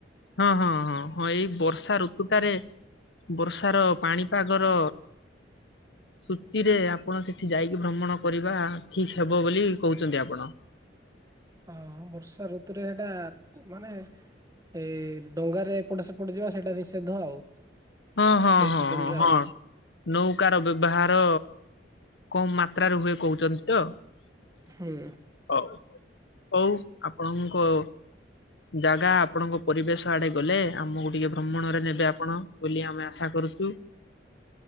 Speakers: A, on the left; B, on the right.
A: ହଁ ହଁ ହଁ ହଁ ଏଇ ବର୍ଷା ଋତୁଟାରେ ବର୍ଷାର ପାଣିପାଗର ସୂଚୀରେ ଆପଣ ସେଠି ଯାଇକି ଭ୍ରମଣ କରିବା ଠିକ ହବ ବୋଲି କହୁଛନ୍ତି ଆପଣ।
B: ହଁ ବର୍ଷା ଋତୁରେ ହେଟା ମାନେ ଏଇ ଡଙ୍ଗାରେ ଏପଟ ସେପଟ ଯିବା ସେଇଟା ନିଷେଧ ଆଉ।
A: ହଁ ହଁ
B: ଏଇ
A: ହଁ
B: ସିଜନ
A: ହଁ
B: ରେ
A: ହଁ।
B: ଆଉ
A: ନୌକାର ର ବ୍ୟବହାର କମ ମାତ୍ରାରେ ହୁଏ କହୁଛନ୍ତି ତ?
B: ହୁଁ।
A: ହଉ ହଉ ଆପଣଙ୍କ ଜାଗା ଆପଣଙ୍କ ପରିବେଶ ଆଡେ ଗଲେ ଆମକୁ ଟିକେ ଭ୍ରମଣରେ ନେବେ ଆପଣ ବୋଲି ଆମେ ଆଶା କରୁଚୁ।